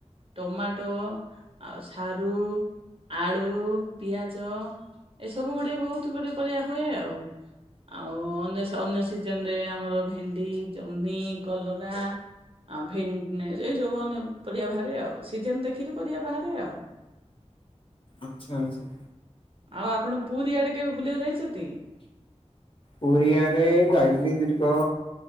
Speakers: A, on the right; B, on the left.
A: ଟମାଟୋ, ଆଉ ସାରୁ। ଆଳୁ, ପିଆଜ ଏସବୁ ଗୁଡେ ବହୁତ ଗୁଟେ ପରିବା ହୁଏ ଆଉ। ଆଉ ଅନ୍ୟ, ଅନ୍ୟ ସିଜନ ରେ ଆମର ଭେଣ୍ଡି, ଜହ୍ନି, କଲରା ଆଉ ଭେନ ଏ ସବୁ ଅନ୍ୟ ପରିବା ବାହାରେ ଆଉ ସିଜନ ଦେଖିକି ପରିବା ବାହାରେ ଆଉ।
B: ଆଚ୍ଛା ଆଛା।
A: ଆଉ ଆପଣ ପୁରୀ ଆଡେ କେବେ ବୁଲିଆକୁ ଯାଇଛନ୍ତି।
B: ପୁରୀ ଆଡେ ଯାଇଥିଲି ଦୀର୍ଘ